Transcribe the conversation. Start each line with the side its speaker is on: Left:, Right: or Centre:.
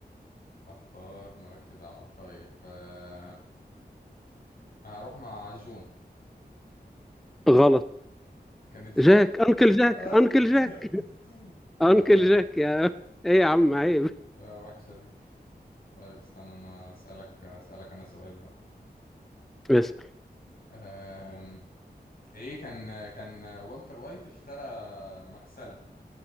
Left: اختار مالكش دعوة طيب آه، هروح مع جون
Centre: غلط
Left: كانت جاك
Centre: جاك انكل
Left: آه.
Centre: جاك انكل جاك
Left: <laughs>
Centre: <laughs> انكل
Left: آه.
Centre: جاك يا ايه يا عم عيب
Left: آه. وحشة دي طيب استنى انا اسألك اسألك انا سؤال بقى
Centre: بس
Left: آم. ايه كان كان والتر وايت اشترى مغسلة